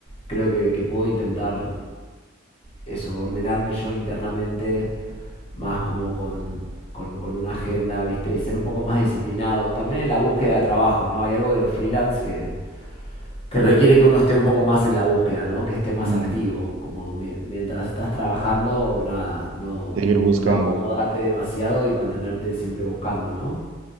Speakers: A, on the left; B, on the right.
A: creo que, que puedo intentar eso, ordenarme yo internamente, más como con, con, con una agenda, ¿viste? Y ser un poco más disciplinado. También en la búsqueda de trabajo, ¿no? Hay algo de los freelance que que requiere que uno esté un poco más en la búsqueda, ¿no? Que esté más
B: Mm.
A: activo. Como mientras estás trabajando, nada, no,
B: Seguir buscando.
A: no acomodarte demasiado y mantenerte siempre buscando, ¿no?